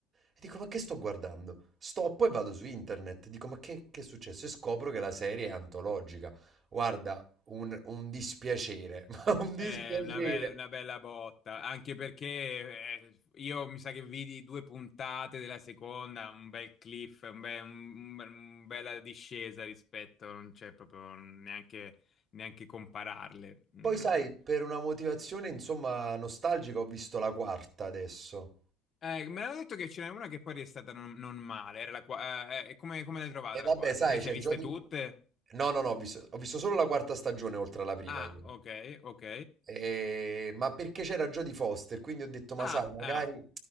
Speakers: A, on the right (about 40°); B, on the left (about 40°).
A: E dico, ma che sto guardando? Stoppo e vado su internet. Dico, ma che, che è successo? E scopro che la serie è antologica. Guarda, un, un dispiacere, <laughs> ma un
B: È
A: dispiacere.
B: una, be- una bella botta, anche perché eh, io mi sa che vidi due puntate della seconda, un bel cliff, un be- un- un bella discesa rispetto, non c'è proprio neanche, neanche compararle.
A: Poi
B: Mm.
A: sai, per una motivazione, insomma, nostalgica, ho visto la quarta adesso.
B: Eh, me l'hanno detto che ce n'è una che poi è stata non, non male, era la qua- eh, eh, come, come l'hai trovata
A: E vabbè,
B: la quarta?
A: sai,
B: Te le
A: c'è
B: sei viste
A: Jodie...
B: tutte?
A: No, no, no, ho visto, ho visto solo la quarta stagione oltre alla prima
B: Ah,
A: io.
B: ok, ok.
A: Ehm, ma perché c'era Jodie Foster, quindi ho detto: "Ma
B: Ah,
A: sai, magari
B: ah,